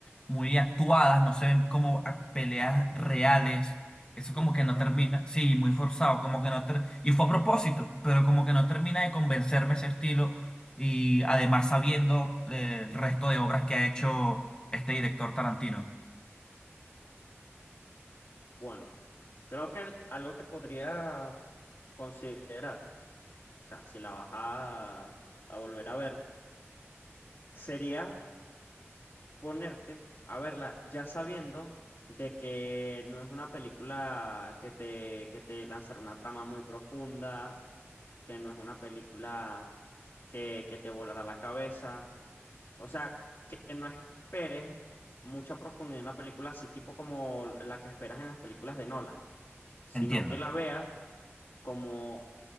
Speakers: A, on the left (about 20°); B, on the left (about 55°).
A: muy actuadas, no se ven como a- peleas reales. Eso
B: muy
A: como
B: forzada
A: que no termina, sí, muy forzado, como que no ter- y fue a propósito, pero como que no termina de convencerme ese estilo y además sabiendo eh, el resto de obras que ha hecho este director Tarantino.
B: Bueno, creo que el- algo que podría considerar, o sea, si la vas a, a volver a ver, sería ponerte a verla ya sabiendo de que no es una película que te, que te lanzará una trama muy profunda, que no es una película que, que te volará la cabeza. O sea, que que no esperes mucha profundidad en la película, así tipo como la que esperas en las películas de Nolan, sino
A: Entiendo.
B: que la veas como,